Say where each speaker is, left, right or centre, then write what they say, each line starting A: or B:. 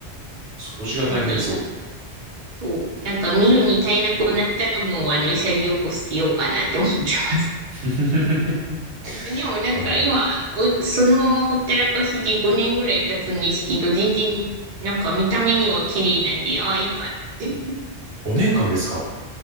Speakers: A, on the right; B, on the right.
A: 掃除が大変そう。
B: なんで、そう、なんか見るに耐えなくなったらもう、あの、潔く捨てようかなって思ってます。
A: <laughs>
B: でもなんか今、
A: あ
B: おそのままほったらかしで5年ぐらい経つんですけど、全然なんか見た目には綺麗なんで、ああ、いいかって。
A: ー、5年間ですか